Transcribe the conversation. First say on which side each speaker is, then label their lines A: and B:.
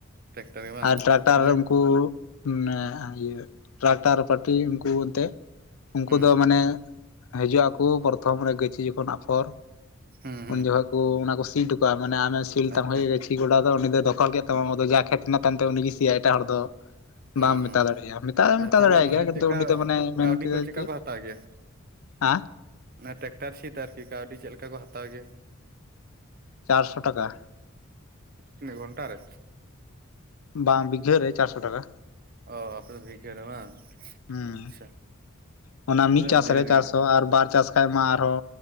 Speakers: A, on the right; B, on the left.
A: ᱴᱮᱠᱴᱟᱨ ᱜᱮ ᱵᱟᱝ
B: ᱟᱨ ᱴᱨᱟᱠᱴᱟᱨ
A: ᱛᱟᱦᱚᱞᱮ
B: ᱩᱝᱠᱩ ᱢᱟᱱᱮ ᱤᱭᱟᱹ ᱴᱨᱟᱠᱴᱟᱨ ᱯᱟᱴᱤ ᱩᱝᱠᱩ ᱭᱟᱛᱮᱜ ᱩᱝᱠᱩ
A: ᱦᱩᱸ
B: ᱫᱚ ᱢᱟᱱᱮ ᱦᱟᱹᱡᱩᱜ ᱟᱠᱩ ᱯᱚᱨᱛᱷᱚᱢ ᱨᱮ ᱜᱟᱹᱪᱷᱤ ᱡᱚᱠᱷᱚᱱ ᱟᱯᱷᱚᱨ
A: ᱦᱩᱸ ᱦᱩᱸ
B: ᱩᱱ ᱡᱚᱠᱷᱚᱡ ᱠᱚ ᱚᱱᱟ ᱠᱚ ᱥᱤ ᱛᱚ ᱟᱢᱱᱮ ᱥᱤᱞᱛᱟᱢ
A: ᱟᱪᱪᱷᱟ
B: ᱦᱳᱭᱮ ᱜᱮ ᱛᱤ ᱜᱚᱰᱟ ᱫᱚ ᱩᱱᱤ ᱫᱚ ᱫᱚᱠᱷᱚᱞ ᱠᱮᱫ ᱛᱟᱢᱟ ᱢᱟ, ᱡᱟ ᱠᱷᱮᱛ ᱢᱮᱱᱟᱜ ᱛᱟᱢᱛᱮ ᱩᱱᱤᱜᱮ ᱥᱤᱭᱟ ᱮᱴᱟᱜ ᱦᱚᱲ ᱫᱚ
A: ᱦᱩᱸ
B: ᱵᱟᱢ ᱢᱮᱛᱟ
A: ᱦᱩᱸ
B: ᱫᱟᱲᱮᱭᱟᱭᱟ, ᱢᱮᱛᱟᱭ
A: ᱟᱪᱪᱷᱟ
B: ᱢᱮᱛᱟ
A: ᱛᱟᱦᱚᱞᱮ
B: ᱫᱟᱲᱮᱭᱟᱭ
A: ᱢᱟᱱᱮ
B: ᱜᱮᱭᱟ ᱠᱤᱱᱛᱩ
A: ᱪᱮᱫᱠᱟ
B: ᱩᱱᱤ ᱫᱚ ᱢᱟᱱᱮ ᱢᱮᱱ
A: ᱠᱟᱹᱣᱰᱤ
B: ᱠᱮᱫᱟᱭ
A: ᱠᱚ ᱪᱮᱫᱠᱟ
B: ᱡᱮ
A: ᱠᱚ ᱦᱟᱛᱟᱣ ᱜᱮᱭᱟ?
B: ᱦᱟᱸ᱾
A: ᱚᱱᱟ ᱴᱮᱠᱴᱟᱨ ᱥᱤᱛᱮ ᱟᱨᱠᱤ ᱠᱟᱣᱰᱤ ᱪᱮᱜ ᱞᱮᱠᱟ ᱠᱚ ᱦᱟᱛᱟᱣ ᱜᱮᱭᱟ?
B: ᱪᱟᱨᱥᱳ ᱴᱟᱠᱟ᱾
A: ᱤᱱᱟᱹᱜ ᱜᱷᱚᱱᱴᱟ ᱨᱮ?
B: ᱵᱟᱝ ᱵᱤᱜᱷᱟᱹᱨ ᱨᱮ ᱪᱟᱨᱥᱚ ᱴᱟᱠᱟ᱾
A: ᱚ ᱟᱯᱮᱫᱚ ᱵᱷᱤᱜᱟᱹ ᱨᱮ ᱵᱟᱝ,
B: ᱦᱩᱸ
A: ᱟᱪᱪᱷᱟ
B: ᱚᱱᱟ ᱢᱤᱫ
A: ᱛᱟᱞᱦᱮᱜ
B: ᱪᱟᱥ
A: ᱰᱷᱮᱨ
B: ᱨᱮ ᱪᱟᱨᱥᱚ
A: ᱜᱮ᱾
B: ᱟᱨ ᱵᱟᱨ ᱪᱟᱥ ᱠᱷᱟᱡ ᱢᱟ ᱟᱨᱚ